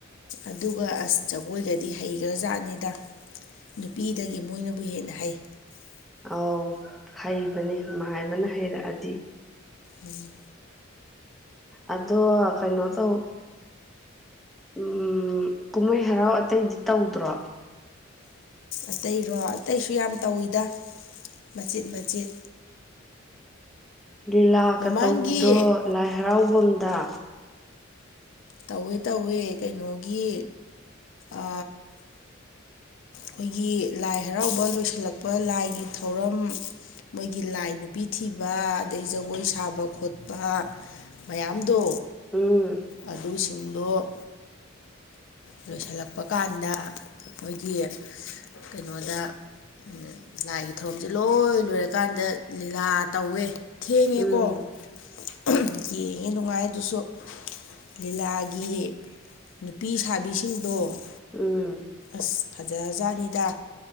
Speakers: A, on the left (about 65°); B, in the centre.
A: ꯑꯗꯨꯒ ꯑꯁ ꯖꯒꯣꯏꯒꯗꯤ ꯍꯩꯈ꯭ꯔꯖꯥꯠꯅꯤꯗ ꯅꯨꯄꯤꯗꯒꯤ ꯃꯣꯏꯅꯕꯨ ꯍꯦꯟꯅ ꯍꯩ
B: ꯑꯧ ꯍꯩꯕꯅꯦ ꯃꯥꯏꯕꯅ ꯍꯩꯔꯛꯑꯗꯤ
A: ꯎꯝ
B: ꯑꯗꯣ ꯀꯩꯅꯣ ꯇꯧ ꯎꯝ ꯀꯨꯝꯍꯩ ꯍꯔꯥꯎ ꯑꯇꯩꯗꯤ ꯇꯧꯗ꯭ꯔꯣ
A: ꯑꯇꯩꯔꯣ ꯑꯇꯩꯁꯨ ꯌꯥꯝ ꯇꯧꯋꯤꯗ ꯃꯆꯤꯠ ꯃꯆꯤꯠ
B: ꯂꯤꯂꯥꯀ
A: ꯃꯃꯥꯡꯒꯤ
B: ꯇꯧꯕꯤꯗꯣ ꯂꯥꯏ ꯍꯔꯥꯎꯕꯝ ꯗ
A: ꯇꯧꯋꯦ ꯇꯧꯋꯦ ꯀꯩꯅꯣꯒꯤ ꯑ ꯈꯣꯏꯒꯤ ꯂꯥꯏ ꯍꯔꯥꯎꯕ ꯂꯣꯏꯁꯤꯜꯂꯛꯄ ꯂꯥꯏꯒꯤ ꯊꯧꯔꯝ ꯃꯣꯏꯒꯤ ꯂꯥꯏ ꯅꯨꯄꯤ ꯊꯤꯕ ꯑꯗꯩ ꯖꯒꯣꯏ ꯁꯥꯕ ꯈꯣꯠꯄ ꯃꯌꯥꯝꯗꯣ
B: ꯎꯝ
A: ꯑꯗꯨꯁꯤꯡꯗꯣ ꯂꯣꯏꯁꯤꯜꯂꯛꯄ ꯀꯥꯟꯗ ꯃꯣꯏꯒꯤ ꯀꯩꯅꯣꯗ ꯎꯝ ꯂꯥꯏꯒꯤ ꯊꯧꯔꯝꯁꯦ ꯂꯣꯏ ꯂꯣꯏꯔꯀꯥꯟꯗ ꯂꯤꯂꯥ ꯇꯧꯋꯦ ꯊꯦꯡꯉꯦꯀꯣ
B: ꯎꯝ
A: ꯎꯝ ꯌꯦ ꯉꯦ ꯅꯨꯡꯉꯥꯏ ꯑꯗꯨꯁꯨ ꯂꯤꯂꯥꯒꯤ ꯅꯨꯄꯤ ꯁ ꯁꯥꯕꯤꯁꯤꯡꯗꯣ
B: ꯎꯝ
A: ꯑꯁ ꯐꯖꯖꯥꯅꯤꯗ